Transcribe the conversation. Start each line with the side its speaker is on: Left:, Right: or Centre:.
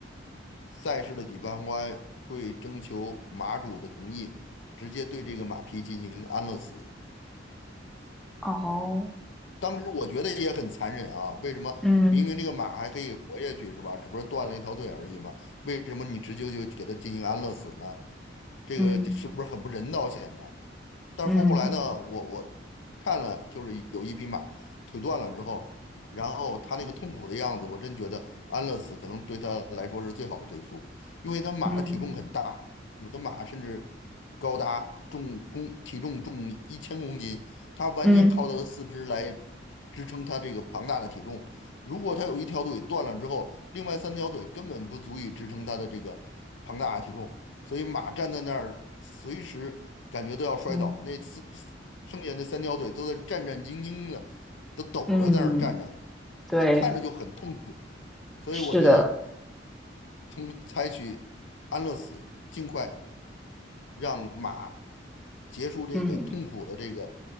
Left: 赛事的举办方会征求马主的同意，直接对这个马匹进行安乐死。
Centre: 哦，
Left: 当时我觉得也很残忍啊，为什么明明这个马还可以活下去是吧？
Centre: 嗯。
Left: 只不过断了一条腿而已嘛，为什么你直接就给他进行安乐死呢？这个是不是很不人道显得？
Centre: 嗯
Left: 但是后来呢，
Centre: 嗯
Left: 我我看了，就是有一匹马腿断了之后，然后它那个痛苦的样子，我真觉得安乐死可能对它来说是最好的归宿，因为它马的体重很大，
Centre: 嗯
Left: 有的马甚至高达重公体重重一千公斤，它完全靠它的四肢来
Centre: 嗯
Left: 支撑它这个庞大的体重。如果它有一条腿断了之后，另外三条腿根本不足以支撑它的这个庞大的体重。所以马站在那儿，随时感觉都要摔倒。
Centre: 嗯
Left: 那四剩下那三条腿都在战战兢兢的，都抖着在那儿站着，
Centre: 嗯，嗯对，
Left: 就看着就很痛苦。所以我觉得，
Centre: 是的，
Left: 从采取安乐死，尽快让马结束这个痛苦的这个
Centre: 嗯，